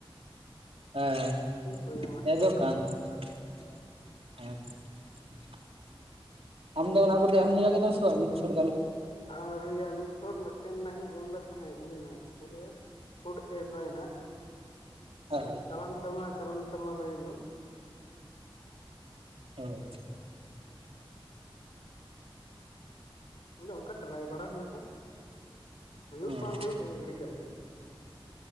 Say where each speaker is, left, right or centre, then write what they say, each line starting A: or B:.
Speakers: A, on the right; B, on the left.
A: <unintelligible>
B: ᱦᱩᱭᱟᱢᱟ ᱦᱳᱭ ᱥᱮ ᱵᱟᱝ
A: ᱟᱢ ᱫᱚ ᱚᱱᱟ ᱠᱚᱫᱚ ᱮᱢ ᱞᱮᱜᱟ ᱠᱮᱫᱟᱢ ᱥᱮ ᱵᱟᱝ ᱢᱤᱫ ᱪᱷᱚᱴ ‌ᱜᱟᱱ ᱦᱚᱸ?
B: ᱟᱣᱨᱤ‌ ᱭᱟ ᱢᱤᱫ ᱪᱷᱚᱴ ᱢᱤᱫᱴᱮᱱ ᱱᱟᱜ ᱤᱧ ᱮᱢ ᱞᱮᱫ ᱛᱟᱦᱮᱸᱜ ᱤᱭᱟᱹ ᱱᱟᱦᱟᱸᱜ ᱪᱮᱜ ᱠᱚ ᱞᱟᱹᱭᱟ᱾ ᱯᱷᱩᱰ ᱮᱥ ᱟᱭ ᱱᱟᱦᱟᱸᱜ᱾
A: <unintelligible>
B: ᱪᱟᱞᱟᱱ ᱥᱮᱨᱢᱟ ᱪᱟᱞᱚᱱ ᱥᱮᱨᱢᱟ ᱦᱩᱭᱮᱱ ᱫᱚ᱾
A: <unintelligible>
B: ᱤᱧ ᱫᱚ ᱚᱱᱠᱟ ᱴᱨᱟᱭ ᱵᱟᱲᱟ ᱦᱩᱭᱩᱜ-ᱟ
A: ᱦᱳᱭ
B: ᱦᱩᱭᱩᱜ ᱵᱟᱝ ᱦᱩᱭᱩᱜ ᱮᱢ ᱜᱤᱰᱤ ᱠᱟᱜ ᱦᱩᱭᱩᱜ-ᱟ᱾